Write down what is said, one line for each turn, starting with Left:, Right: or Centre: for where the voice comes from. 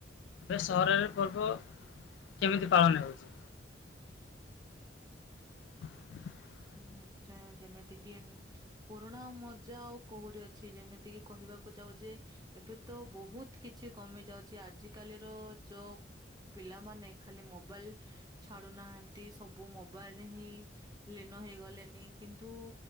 Left: ଏବେ ସହରରେ ପର୍ବ କେମିତି ପାଳନ ହେଉଛି? <inaudible>
Right: ନିଶ୍ଚୟ ଯେମିତି କିି ପୁରୁଣା ମଜା ଆଉ କୋଉଠି ଅଛି ଯେମିତିକି କହିବାକୁ ଯାଉ ଯେ ଏବେ ତ ବହୁତ କିଛି କମି ଯାଉଛି, ଆଜି କାଲିର ଯୋଉ ପିଲାମାନେ ଖାଲି ମୋବାଇଲ୍ ଛାଡୁନାହାନ୍ତି ସବୁ ମୋବାଇଲ୍ ରେ ହିଁ ଲୀନ ହେଇଗଲେନି କିନ୍ତୁ